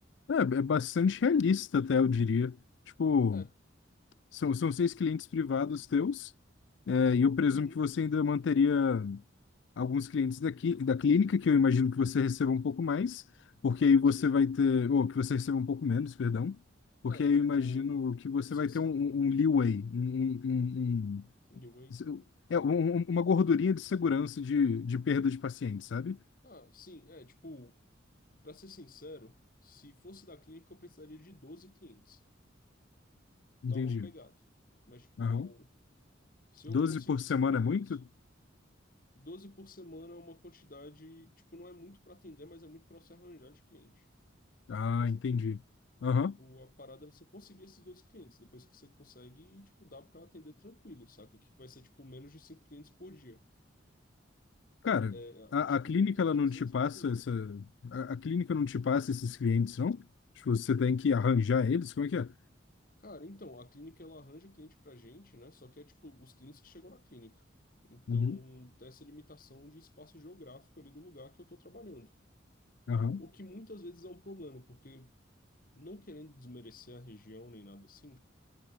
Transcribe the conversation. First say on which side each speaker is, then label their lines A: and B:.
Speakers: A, on the left; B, on the left.
A: é, é bastante realista, até eu diria. Tipo,
B: É,
A: são, são seis clientes privados teus, é, e eu presumo
B: uhum,
A: que você ainda manteria. alguns clientes daqui, da clínica, que eu imagino que você receba um pouco mais, porque aí você
B: sim.
A: vai ter, ou que você receba um pouco menos, perdão, porque
B: É,
A: aí
B: tipo.
A: eu imagino que você
B: Se,
A: vai ter
B: se,
A: um, um um leeway, um, um, um,
B: anyway.
A: um- é, um- um, uma gordurinha de segurança de, de perda de paciente, sabe?
B: Ah, sim, é, tipo. Pra ser sincero, se fosse da clínica, eu precisaria de 12 clientes. dá
A: Entendi.
B: uma pegada. Mas, tipo,
A: Aham.
B: se
A: doze
B: eu conseguisse
A: por semana
B: pegar
A: é muito?
B: isso, 12 por semana é uma quantidade, tipo, não é muito para atender, mas é muito para você arranjar de cliente.
A: Ah,
B: Faz
A: entendi.
B: sentido?
A: Aham.
B: Tipo, a parada é você conseguir esses 12 clientes. Depois que você consegue, tipo, dá para atender tranquilo, saca? Que vai ser, tipo, menos de 5 clientes por dia.
A: Cara,
B: É,
A: a,
B: acho
A: a clínica
B: que o meu limite,
A: ela não
B: assim,
A: te
B: é
A: passa
B: 5 por dia.
A: essa. A, a clínica não te passa esses clientes, não? Tipo, você tem que arranjar eles? Como é que é?
B: Cara, então, a clínica, ela arranja cliente pra gente, né? Só que é, tipo, os clientes que chegam na clínica. Então,
A: Uhum.
B: tem essa limitação de espaço geográfico ali do lugar que eu tô trabalhando.
A: Aham.
B: O que muitas vezes é um problema, porque não querendo desmerecer a região nem nada assim,